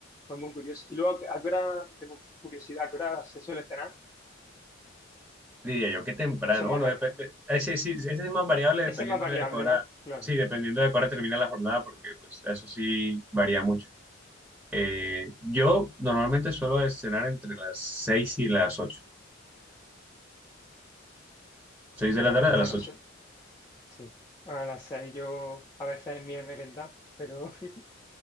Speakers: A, on the left (about 20°); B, in the centre.
A: Fue muy curioso. Y luego, ¿a qué hora, tengo curiosidad, a qué hora se suele cenar?
B: Diría yo que temprano,
A: ¿O eso es
B: bueno,
A: más vari-
B: depende, ese sí, ese es más variable
A: Ese
B: dependiendo
A: es más variable,
B: de a qué hora,
A: ¿no? Claro,
B: sí, dependiendo de a qué hora termina la jornada, porque pues eso sí varía mucho. Eh, yo normalmente suelo cenar entre las 6 y las ocho. Seis de
A: claro.
B: la tarde a las
A: Bueno,
B: 8.
A: sí. sí. A las seis yo a veces ni he merendado, pero, <laughs>